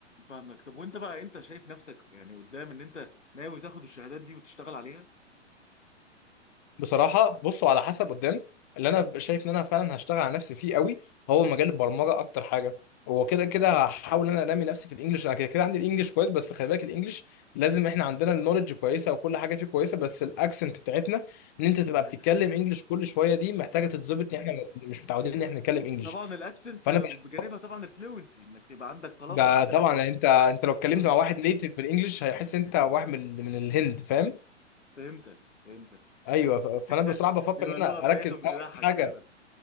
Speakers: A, on the left; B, on the left.
A: فاهمك طب وانت بقى انت شايف نفسك يعني قدام ان انت ناوي تاخد الشهادات دي وتشتغل عليها
B: بصراحة بصوا على حسب قدام اللي انا ببقى شايف ان انا فعلا هشتغل على نفسي فيه قوي هو مجال البرمجة اكتر حاجة هو كده كده هحاول ان انا انمي نفسي في الانجليش انا كده كده عندي الانجليش كويس بس خلي بالك الانجليش لازم احنا عندنا النولج كويسة وكل حاجة فيه كويسة بس الاكسنت بتاعتنا ان انت تبقى
A: اكسنت
B: بتتكلم انجليش كل شوية دي محتاجة تتظبط ان احنا مش متعودين ان احنا نتكلم انجليش
A: طبعا الاكسنت
B: فانا
A: بجانبها
B: بح-
A: طبعا الفلوينسي انك تبقى عندك طلاقه
B: ده
A: في الكلام
B: طبعا يعني انت انت لو اتكلمت
A: امم
B: مع واحد نيتيف في الانجليش هيحس انت واحد من من الهند فاهم
A: فهمتك فهمتك
B: ايوه ف-
A: <laughs>
B: فانا بصراحه بفكر
A: بيبقى
B: ان
A: اللغه
B: انا
A: بتاعتهم
B: اركز
A: بتضحك
B: اول حاجه
A: فعلا